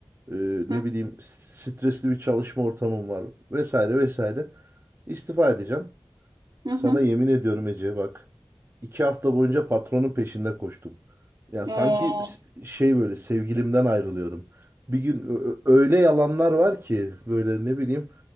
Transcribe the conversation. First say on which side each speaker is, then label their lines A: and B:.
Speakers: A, on the right (about 30°); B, on the right (about 55°).
A: e, ne
B: hı
A: bileyim stresli bir çalışma ortamım var vesaire vesaire. İstifa edeceğim.
B: hı,
A: Sana
B: hı hı.
A: yemin ediyorum Ece bak. iki hafta boyunca patronun peşinde koştum. Yani sanki
B: Aa,
A: s- şey böyle sevgilimden ayrılıyorum. Bir gün ö- ö- öyle yalanlar var ki böyle ne bileyim.